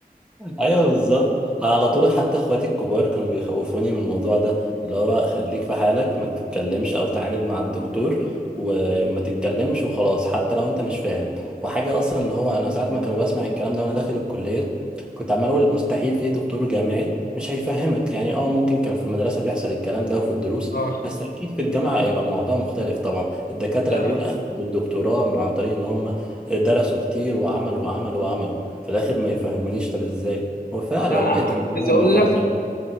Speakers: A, in the centre; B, on the left.
A: ايوه بالظبط انا على طول حتى اخواتي الكبار كانوا بيخوفوني من الموضوع ده اللي هو خليك في حالك ما تتكلمش او تعاند مع الدكتور وما تتكلمش وخلاص حتى لو انت مش فاهم وحاجه اصلا اللي هو انا ساعات ما كانوا بسمع الكلام ده وانا داخل الكليه كنت عمال اقول مستحيل في دكتور جامعي مش هيفهمك يعني اه ممكن كان في المدرسه بيحصل الكلام ده وفي الدروس
B: اه
A: بس اكيد في الجامعه هيبقى الموضوع مختلف طبعا الدكاتره
B: لا
A: دول اخدوا الدكتوراه من عن طريق ان هم درسوا كتير وعملوا وعملوا وعملوا في الاخر ما يفهمونيش طب ازاي وفعلا
B: لا انا
A: لقيت ان
B: عايز
A: هو
B: اقول
A: الموضوع
B: لك
A: سيء